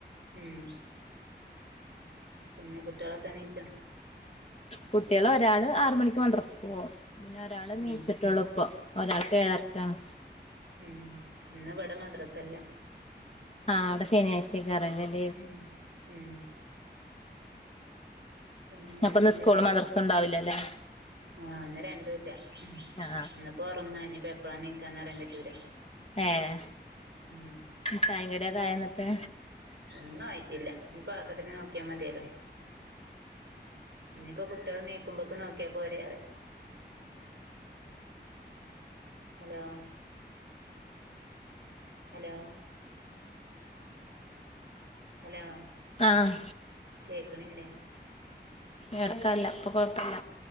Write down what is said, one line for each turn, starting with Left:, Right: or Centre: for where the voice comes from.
Right: ഉം പിന്നെ കുട്ടിയാളൊക്കെ നീച്ചോ
Left: കുട്ടിയാൾ ഒരാള് ആറ് മണിക്ക് മദ്രസ് ക് പോകും പിന്നെ ഒരാള്
Right: ഉം
Left: നീച്ചിട്ടൊള്ളു ഇപ്പം ഒരാക്ക് ഏഴരക്കാണ്
Right: ഉം ഇന്ന് ഇവിടെ മദ്രസല്ല
Left: ആഹ് അവിടെ ശനിയാഴ്ചേക്കാരം ലെ
Right: ഉം ഉം ഉം വേറെന്തൊക്കെ
Left: അപ്പൊ ഇന്ന് സ്കൂളും
Right: വിശേഷം
Left: മദ്രസും ഉണ്ടാവില്ലല്ലേ
Right: ആഹ് ഇന്ന് രണ്ടൂല്ല
Left: ആ
Right: ഇന്ന്പ്പോ ഒറങ്ങ ഇഞ്ഞിപ്പോ എപ്പളാ നീക്കാ പറയാൻ പറ്റൂല
Left: ഏഹ്
Right: ഉം
Left: ചായിം കടിയൊക്കെ ആയ്ന്നിട്ട്
Right: ഒന്നും ആയിട്ടില്ല ഇനിപ്പോ ആക്കത്തിന് നോക്കിയാ മതിയലോ ഇനിയിപ്പോ കുട്ടികൾ നീക്കുമ്പോക്കെ നോക്കിയാ പോരെ പറയ ഹലോ ഹലോ ഹലോ
Left: ആഹ്
Right: കേക്ക്ണില്ലേ
Left: എടക്കല്ല ഇപ്പൊ കൊഴപ്പല്ല